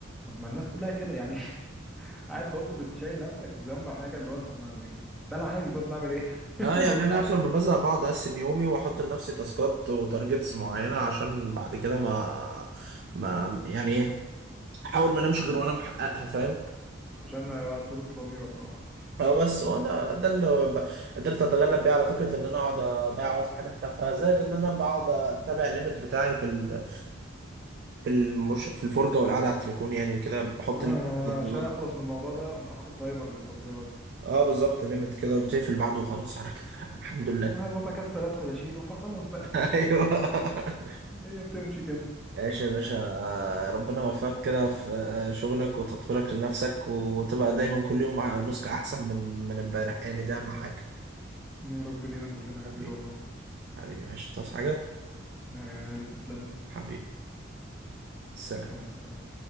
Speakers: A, in the centre; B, on the right.
A: طب ما الناس كلها كده يعني <laughs> قاعد برضه بتشيل نفسك ذنب حاجه اللي هو طب ما يعني ده العادي طب نعمل ايه <laughs>
B: اه يعني
A: هو في
B: انا
A: حد
B: اخر ما بزهق بقعد اقسم يومي واحط لنفسي تاسكات وتارجتس معينه عشان بعد كده ما ما يعني ايه احاول ما انامش غير وانا محققها فاهم
A: عشان ما ترضي ضميرك اه
B: اه بس هو ده ده اللي ب- قدرت اتغلب بيه على فكره ان انا اقعد اضيع وقت في حاجات تافهه زائد ان انا بقعد اتابع الليميت بتاعي في ال في المش... في الفرجة والقعدة على التليفون يعني كده بحط
A: اه
B: ليميت
A: انا ما
B: للتطبيقات
A: انا عشان اخلص من الموضوع ده قمت حاطط تايمر للتطبيقات
B: اه بالظبط ليميت كده وبتقفل بعده وخلاص على كده الحمد
A: وه-
B: لله
A: وبكسل ادخل اشيله فخلاص بقفل
B: <laughs> ايوه
A: <laughs> هي بتمشي كده
B: ايش يا باشا آه، ربنا يوفقك كده في آه، شغلك وتطويرك لنفسك وتبقى دايما كل يوم مع نسخة احسن من من امبارح يعني ده اهم حاجة
A: يا رب لينا كلنا يا
B: حبيبي
A: كبير والله
B: حبيبي ماشي تصحى حاجة
A: لا يا غالي تسلم لي
B: حبيبي سلام
A: مع السلامه